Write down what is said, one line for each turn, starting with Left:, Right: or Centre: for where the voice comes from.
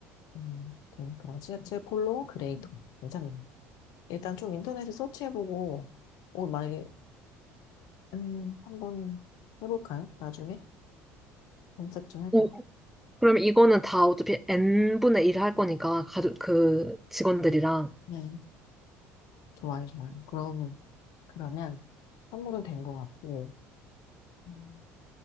Left: 음, 그럼 그럼 제, 제 폴로 그레이톤 괜찮네요. 일단 좀 인터넷에 서치해보고 오 만약에 음 한번 해볼까요? 나중에 검색 좀 해보고.
Centre: 오 그러면 이거는 다 어차피 N분의 1 할 거니까 가족 그 직원들이랑
Left: 네, 좋아요, 좋아요. 그러면 그러면 선물은 된 것 같고 음,